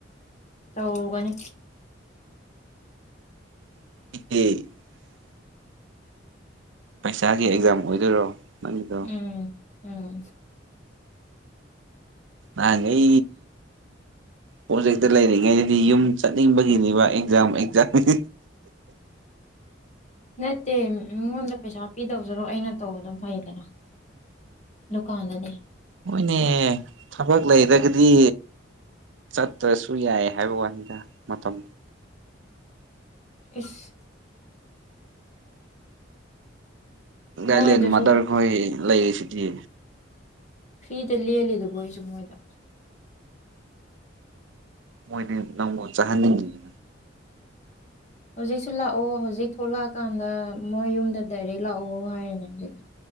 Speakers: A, on the left; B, on the right.
A: ꯇꯧꯔꯨ ꯒꯅꯤ
B: <inaudible> ꯄꯩꯁꯥꯒꯤ ꯑꯦꯛꯖꯥꯝ ꯑꯣꯏꯗꯣꯏꯔꯣ ꯅꯡꯒꯤꯗꯣ
A: ꯎꯝ ꯎꯝ
B: ꯃꯥꯉꯥꯏ ꯄꯣꯠꯖꯦꯛꯇ ꯂꯩꯔꯤꯉꯩꯗꯗꯤ ꯌꯨꯝ ꯆꯠꯅꯤꯡꯕꯒꯤꯅꯦꯕ ꯑꯦꯛꯖꯥꯝ ꯑꯦꯛꯖꯥꯝ <inaudible>
A: ꯅꯠꯇꯦ ꯃꯤꯉꯣꯟꯗ ꯄꯩꯁꯥ ꯄꯤꯗꯧꯖꯔꯣ ꯑꯩꯅ ꯇꯧꯕꯅ ꯐꯩꯗꯅ ꯂꯨꯀꯥꯅꯗꯥꯗꯤ
B: ꯍꯣꯏꯅꯦ ꯊꯕꯛ ꯂꯩꯔꯒꯗꯤ ꯆꯠꯇ꯭ꯔꯁꯨ ꯌꯥꯏ ꯍꯥꯏꯕ ꯋꯥꯅꯤꯗ ꯃꯇꯝ
A: ꯏꯁ
B: ꯒꯥꯏꯂꯦꯟ
A: ꯃꯣꯏꯗꯁꯨ
B: ꯃꯥꯗꯔꯈꯣꯏ ꯂꯩꯔꯤ ꯁꯤꯗꯤ
A: ꯐꯤꯗ ꯂꯦꯜꯂꯤ ꯗꯨꯕꯨ ꯑꯩꯁꯨ ꯃꯣꯏꯗ
B: ꯃꯣꯏꯗꯤ ꯅꯪꯕꯨ ꯆꯥꯍꯟꯅꯤꯡꯗꯤꯌꯦ
A: ꯍꯧꯖꯤꯛꯁꯨ ꯂꯥꯛꯑꯣ ꯍꯧꯖꯤꯛ ꯊꯣꯛꯂꯛꯑꯀꯥꯟꯗ ꯃꯣꯏ ꯌꯨꯝꯗ ꯗꯥꯏꯔꯦꯛ ꯂꯥꯛꯑꯣ ꯍꯥꯏꯔꯤꯅꯦ ꯍꯧꯖꯤꯛ